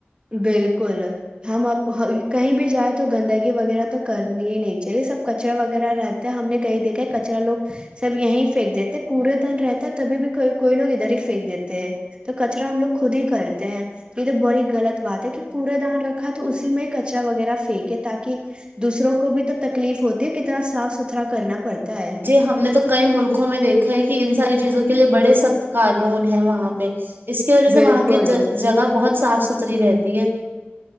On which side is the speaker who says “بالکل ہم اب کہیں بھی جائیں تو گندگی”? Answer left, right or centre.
Right